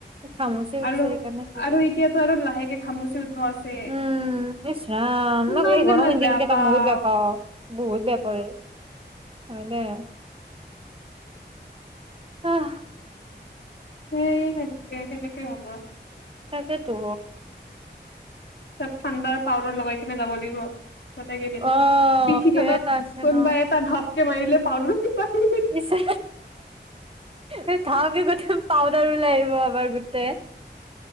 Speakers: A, on the right; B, on the left.
A: খামচি উঠছে
B: আৰু
A: সেইকাৰণে
B: আৰু এতিয়াতো আৰু লাহেকে ঘামুচি উঠব আছে।
A: উম ইচ ৰাম
B: কিমান
A: এইঘৰ
B: যে মই
A: ম
B: বেয়া
A: দিনকেইটা
B: পাওঁ
A: বহুত বেয়া পাও বহুত বেয়া প হয় দে আহ
B: স কেনেকে কেনেকে কে হ'ব
A: তাকেতো
B: তই ঠাণ্ডা পাউদাৰ লগাই কিনে যাব লাগিব গোট কেইট
A: অ
B: পিঠিখননত
A: কিবা এটা আছে
B: কোনোবা
A: ন
B: এটা ধপ সি মাৰলে পাদু হু হু হা
A: ইচ্ছা অ থওঁক ক পাউদাৰ ওলাই আহিব আমাৰ গোটেই